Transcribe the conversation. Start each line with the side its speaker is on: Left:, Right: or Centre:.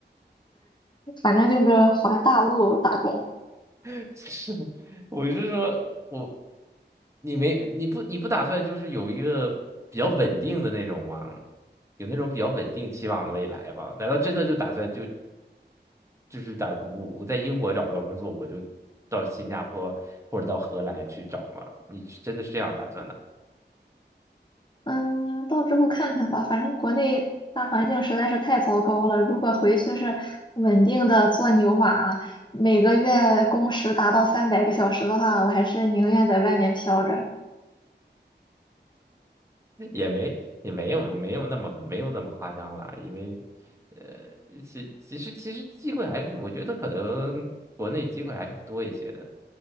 Left: 反正就是环大陆打工。
Right: <laughs> 是，我是说我你没你不你不打算就是有一个比较稳定的那种吗？有那种比较稳定期望的未来吧？难道真的就打算就？就是打我我在英国找不到工作，我就到新加坡或者到荷兰去找嘛。你是真的是这样打算的？
Left: 嗯，到之后看看吧，反正国内大环境实在是太糟糕了。如果回去是稳定的做牛马，每个月工时达到三百个小时的话，我还是宁愿在外面飘着。
Right: 也没也没有没有那么没有那么夸张啦，因为呃，其其实其实机会还是我觉得可能国内机会还是多一些的，